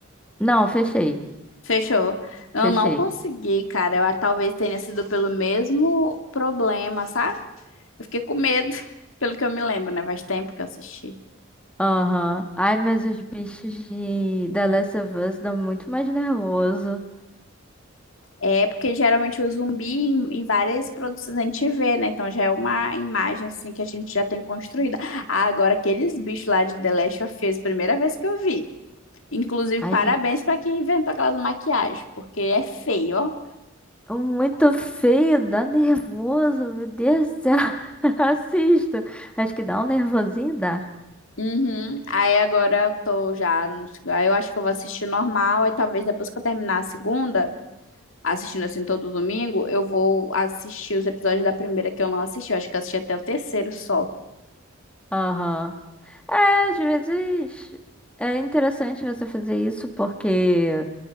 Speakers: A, in the centre; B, on the left (about 70°).
A: Não, fechei.
B: Fechou. Eu
A: Fechei.
B: não consegui, cara. Eu ah, talvez tenha sido pelo mesmo problema, sabe? Eu fiquei com medo, <laughs> pelo que eu me lembro, né? Faz tempo que eu assisti.
A: Aham. Ai, mas os bichos de The Last of Us dão muito mais nervoso.
B: É porque geralmente o zumbi em, em várias produções a gente vê, né? Então já é uma imagem assim que a gente já tem construída. Ah, agora aqueles bichos lá de The Last of Us, primeira vez que eu vi. Inclusive,
A: Ai,
B: parabéns
A: gente,
B: pra quem inventou aquelas maquiagens, porque é feio, ó.
A: é muito feio, dá nervoso, meu Deus do céu. <laughs> Assisto. Acho que dá um nervosinho, dá.
B: Uhum. Aí agora eu tô já no... Aí eu acho que eu vou assistir normal, aí talvez depois que eu terminar a segunda, assistindo assim todo domingo, eu vou assistir os episódios da primeira que eu não assisti. Eu acho que eu assisti até o terceiro só. <laughs>
A: Aham. É, às vezes é interessante você fazer isso, porque